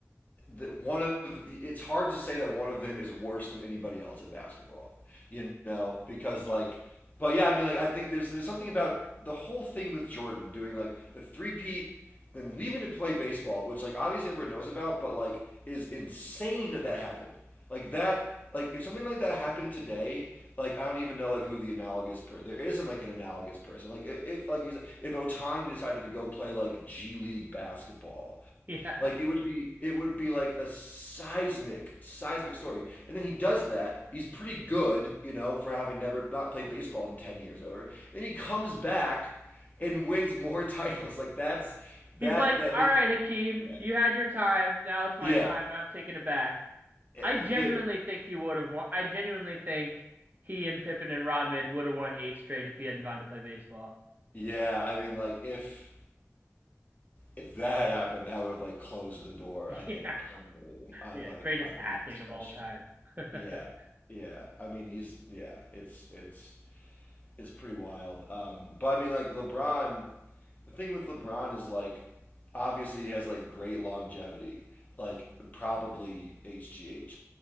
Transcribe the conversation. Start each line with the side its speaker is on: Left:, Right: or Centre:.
Left: that one of it's hard to say that one of them is worse than anybody else at basketball, you know, because like, but yeah, I mean, like I think there's there's something about the whole thing with Jordan doing like the three peat, then leaving to play baseball, which like obviously everyone knows about, but like is insane that that happened. Like that, like if something like that happened today, like I don't even know like who the analogous per there isn't like an analogous person. Like if if, like you said, if Otani decided to go play like G League basketball,
Right: <laughs> yeah.
Left: like it would be, it would be like a seismic, seismic story. And then he does that. He's pretty good, you know, for having never not played baseball in ten years or whatever. Then he comes back and wins more <laughs> titles. Like that's
Right: He's
Left: that
Right: like,
Left: that
Right: All
Left: the
Right: right, Hakeem,
Left: yeah
Right: you had your time, now it's my
Left: yeah
Right: time, I'm taking it back.
Left: It-
Right: I genuinely
Left: the
Right: think he would have won I genuinely think he and Pippen and Rodman would have won eight straight if he hadn't gone to play baseball.
Left: yeah. I mean, like if if that had happened, that would have like closed the door,
Right: <laughs>
Left: I think,
Right: Yeah.
Left: permanently on
Right: Yeah,
Left: like
Right: greatest
Left: on
Right: athlete
Left: any discussion.
Right: of all time.
Left: Yeah,
Right: <laughs>
Left: yeah. I mean, he's yeah. It's it's is pretty wild. Um, but I mean, like LeBron, the thing with LeBron is like, obviously he has like great longevity, like probably HGH,